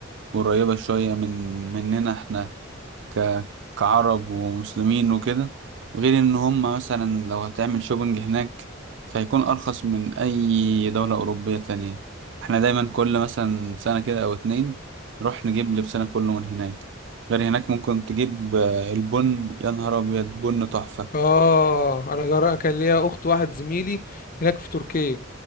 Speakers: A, on the right; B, on the left.
A: قريبة شوية من مننا احنا ك... كعرب ومسلمين وكده غير ان هم مثلا لو هتعمل شوبنج هناك فهيكون ارخص من اي دولة اوروبية تانية احنا دايما كل مثلا سنة كده او اتنين نروح نجيب لبسنا كله من هناك غير هناك ممكن تجيب آه، البن يا نهار ابيض بن تحفة
B: آه أنا جرى كان ليا أخت واحد زميلي هناك في تركيا